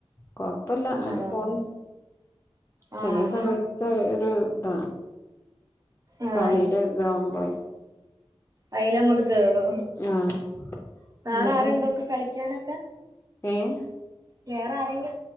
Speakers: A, on the left (about 25°); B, on the right (about 35°).
A: കൊഴപ്പല്ല അങ്ങനെ
B: ആഹ്
A: പോണ്.
B: ആഹ്
A: ചില സമയത്ത് രു താണ്
B: ആഹ്
A: കളിയുടെ താഉമ്പളെ
B: അയ്ന് അങ്ങോട്ട് കേറോ
A: ആഹ്
B: സാറ
A: എന്നിട്ട്
B: ആരുണ്ടോക്കെ കളിക്കാനൊക്കെ?
A: ഏഹ്
B: വേറെ ആരെങ്കി